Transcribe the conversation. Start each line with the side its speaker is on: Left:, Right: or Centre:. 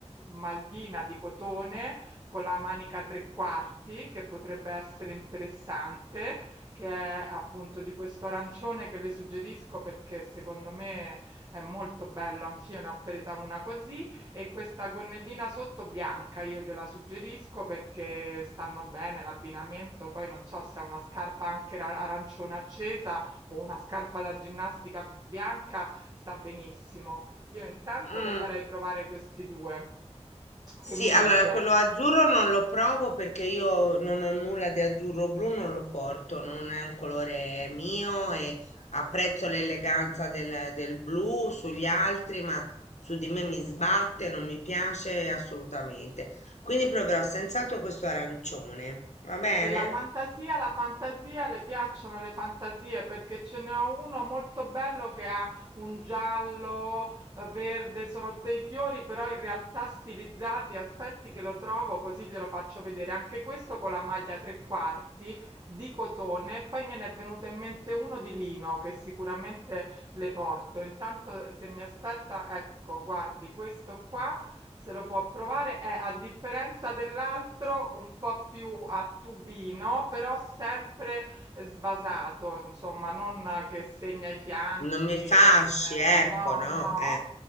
Right: maglina di cotone con la manica a tre quarti che potrebbe essere interessante, che è appunto di questo arancione che le suggerisco perché secondo me è molto bello, anch'io ne ho presa una così e questa gonnellina sotto bianca io gliela suggerisco perché stanno bene l'abbinamento, poi non so se è una scarpa anche ra- arancione accesa o una scarpa da ginnastica bianca sta benissimo. Io intanto
Left: mm.
Right: le farei provare questi due. Che
Left: Sì,
Right: mi
Left: allora
Right: dice?
Left: quello azzurro non lo provo perché io non ho nulla di azzurro blu, non lo porto, non è un colore mio e apprezzo l'eleganza del, del blu sugli altri, ma su di me mi sbatte, non mi piace assolutamente. Quindi proverò senz'altro questo arancione, va bene?
Right: E la fantasia, la fantasia, le piacciono le fantasie perché ce ne ho uno molto bello che ha un giallo, eh, verde, sono dei fiori però in realtà stilizzati. Aspetti che lo trovo così glielo faccio vedere. Anche questo con la maglia tre quarti di cotone. Poi me ne è venuto in mente uno di lino che sicuramente le porto. Intanto se mi aspetta, ecco, guardi questo qua se lo può provare, è a differenza dell'altro un po' più a tubino, però sempre eh, sbasato, insomma, non che segna i fianchi,
Left: Non mi fasci,
Right: eh,
Left: ecco,
Right: no,
Left: no?
Right: no.
Left: eh.